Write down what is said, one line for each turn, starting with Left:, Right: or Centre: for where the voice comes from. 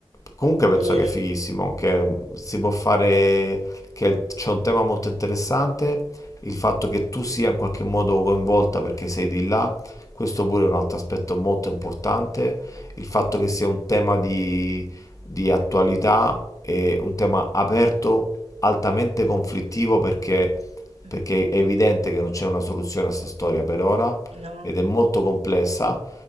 Left: comunque penso
Right: E...
Left: che è fighissimo, che si può fare, che c'è un tema molto interessante, il fatto che tu sia in qualche modo coinvolta perché sei di là, questo pure è un altro aspetto molto importante, il fatto che sia un tema di, di attualità e un tema aperto, altamente conflittivo perché,
Right: mm,
Left: perché è evidente che non c'è una soluzione a questa storia per ora
Right: No,
Left: ed è molto complessa